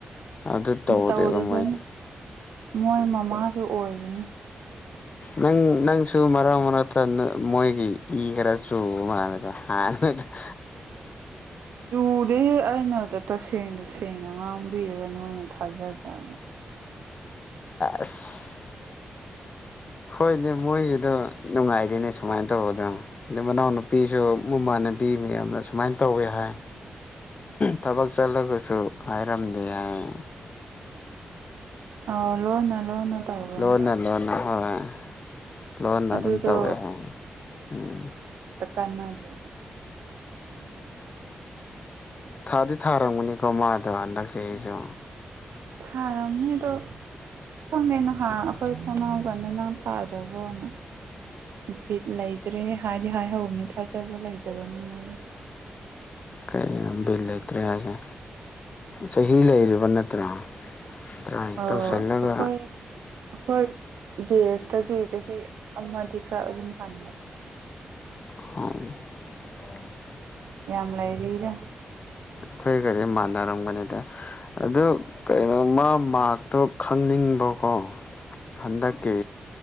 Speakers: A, on the left; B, on the right.
A: ꯑꯗꯨ ꯇꯧꯗꯦꯕ
B: ꯇꯧꯗꯕꯅꯤ
A: ꯃꯣꯏ
B: ꯃꯣꯏ ꯃꯃꯥꯁꯨ ꯑꯣꯏꯕꯅꯤ
A: ꯅꯪ ꯅꯪꯁꯨ ꯃꯔꯛ ꯃꯔꯛꯇ ꯃꯣꯏꯒꯤ ꯏ ꯈꯔ ꯆꯨꯕ ꯃꯥꯜꯂꯦꯗ ꯍꯥꯟꯅꯗ <inaudible>
B: ꯆꯨꯗꯦꯍꯦ ꯑꯩꯅꯗ ꯇꯁꯦꯡ ꯇꯁꯦꯡꯅ ꯉꯥꯡꯕꯤꯔ ꯅꯣꯏꯅ ꯊꯥꯖꯗ꯭ꯔꯒ
A: ꯑꯁ ꯍꯣꯏꯅꯦ ꯃꯣꯏꯒꯤꯗꯣ ꯅꯨꯡꯉꯥꯏꯗꯣꯏꯅꯦ ꯁꯨꯃꯥꯏ ꯇꯧꯕꯗꯣ ꯑꯗ ꯃꯅꯥꯎꯅꯨꯄꯤꯁꯨ ꯃꯃꯥꯟꯅꯕꯤ ꯃꯌꯥꯝꯅ ꯁꯨꯃꯥꯏꯅ ꯇꯧꯋꯦ ꯍꯥꯏ ꯊꯕꯛ ꯆꯠꯂꯒꯁꯨ ꯍꯥꯏꯔꯝꯗꯦ ꯍꯥꯏ
B: ꯑꯥꯎ ꯂꯣꯟꯅ ꯂꯣꯟꯅ ꯇꯧꯕꯅꯤ
A: ꯂꯣꯟꯅ ꯂꯣꯟꯅ ꯍꯣꯏ ꯂꯣꯟꯅ
B: ꯑꯗꯨꯗꯣ
A: ꯑꯗꯨꯝ ꯇꯧꯋꯦ ꯍꯦ ꯎꯝ
B: ꯇ ꯀꯥꯟꯅꯗꯦ
A: ꯊꯥꯗꯤ ꯊꯥꯔꯝꯒꯅꯤꯀꯣ ꯃꯥꯗꯣ ꯍꯟꯗꯛ ꯆꯍꯤꯁꯨ
B: ꯊꯥꯔꯝꯅꯤ ꯗꯣ ꯈꯪꯗꯦ ꯅꯍꯥꯟ ꯑꯈꯣꯏ <unintelligible> ꯀꯥꯟꯗ ꯅꯪ ꯊꯥꯗ꯭ꯔꯕꯣꯅ ꯕꯤꯠ ꯂꯩꯇ꯭ꯔꯦꯍꯦ ꯍꯥꯏꯗꯤ ꯍꯥꯏꯍꯧꯕꯅꯤ ꯊꯥꯖꯕ ꯂꯩꯇꯕꯅꯤ ꯃꯣꯏꯅ
A: ꯀꯩꯅꯣ ꯕꯤꯜ ꯂꯩꯇ꯭ꯔꯦ ꯍꯥꯏꯁꯦ ꯆꯍꯤ ꯂꯩꯔꯤꯕ ꯅꯠꯇ꯭ꯔꯣ ꯇ꯭ꯔꯥꯏ
B: ꯑꯧ
A: ꯇꯧꯁꯜꯂꯒ
B: ꯑꯩꯈꯣꯏ ꯑꯩꯈꯣꯏ ꯕꯦꯁꯇꯒꯤ ꯆꯍꯤ ꯑꯃꯗꯤ ꯈꯔ ꯑꯗꯨꯝ ꯍꯟ
A: <inaudible>
B: ꯌꯥꯝ ꯂꯩꯥꯏꯔꯤꯗ
A: ꯑꯈꯣꯏꯒꯖꯦ ꯃꯥꯟꯅꯔꯝꯒꯅꯤꯗ ꯑꯗꯨ ꯀꯩꯅꯣ ꯃꯥ ꯃꯥꯛꯇꯣ ꯈꯪꯅꯤꯡꯕꯀꯣ ꯍꯟꯗꯛꯀꯤ